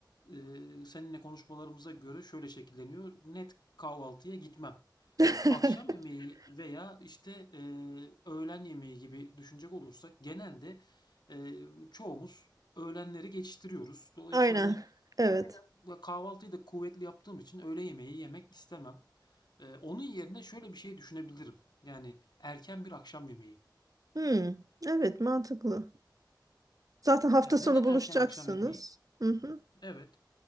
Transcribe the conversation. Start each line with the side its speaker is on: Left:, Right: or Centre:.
Left: e, seninle konuşmalarımıza göre şöyle şekilleniyor. Net kahvaltıya gitmem.
Right: <laughs>
Left: Akşam yemeği veya işte e, öğlen yemeği gibi düşünecek olursak genelde e, çoğumuz öğlenleri geçiştiriyoruz. Dolayısıyla
Right: Aynen.
Left: hani
Right: Evet.
Left: e, Aynen. kahvaltıyı da kuvvetli yaptığım için öğle yemeği yemek istemem. Eee, onun yerine şöyle bir şey düşünebilirim. Yani erken bir akşam yemeği.
Right: Hmm, evet mantıklı. Zaten hafta
Left: Yani
Right: sonu
Left: neden
Right: buluşacaksınız.
Left: erken akşam yemeği?
Right: Hı hı,
Left: Evet,